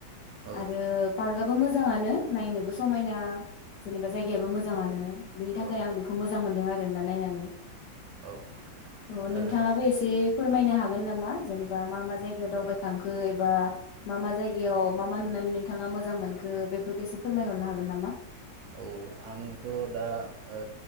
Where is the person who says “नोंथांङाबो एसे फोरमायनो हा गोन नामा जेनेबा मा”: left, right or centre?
Left